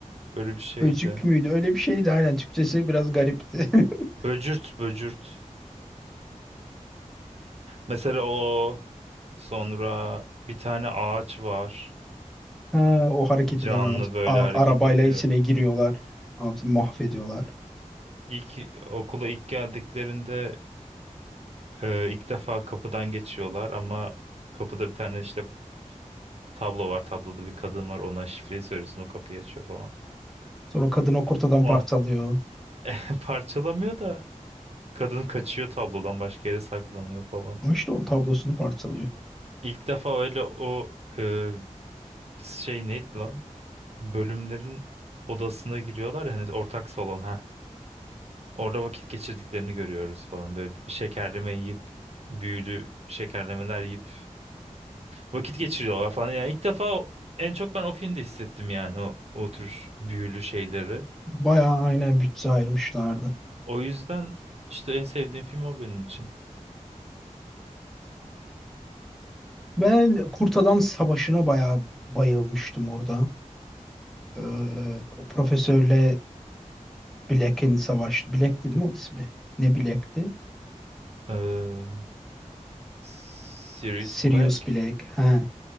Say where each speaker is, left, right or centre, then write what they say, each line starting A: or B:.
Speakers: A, on the right; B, in the centre.
A: böyle
B: <laughs>
A: bir şeydi.
B: böcük müydü? Öyle bir şeydi aynen. Türkçesi biraz garipti. <laughs>
A: Böcürt, böcürt. Mesela o sonra bir tane ağaç var.
B: Ha, o hareket
A: Canlı
B: eden at,
A: böyle
B: a-
A: hareket
B: arabayla
A: ediyor.
B: içine giriyorlar. Atı mahvediyorlar.
A: İlk okula ilk geldiklerinde e, ilk defa kapıdan geçiyorlar ama kapıda bir tane işte tablo var. Tabloda bir kadın var. Ona şifreyi söylüyorsun o kapıyı açıyor falan.
B: Sonra kadın o kurtadan
A: O
B: parçalıyor.
A: <laughs> parçalamıyor da kadın kaçıyor tablodan başka yere saklanıyor falan.
B: Ama işte o tablosunu parçalıyor.
A: İlk defa öyle o e, şey neydi lan? bölümlerin odasına giriyorlar ya hani ortak salon ha. Orada vakit geçirdiklerini görüyoruz falan. Böyle şekerleme yiyip büyülü şekerlemeler yiyip vakit geçiriyorlar falan. Yani ilk defa o- en çok ben o filmde hissettim yani o, o tür büyülü şeyleri.
B: Bayağı aynen bütçe ayırmışlardı.
A: O yüzden işte en sevdiğim film o benim için.
B: Ben kurt adam savaşına bayağı bayılmıştım orada. Ee, o profesörle Black'in savaşı. Black'ti değil mi o ismi? Ne Black'ti?
A: Ee, Sirius
B: Sirius
A: Black.
B: Black. Ha.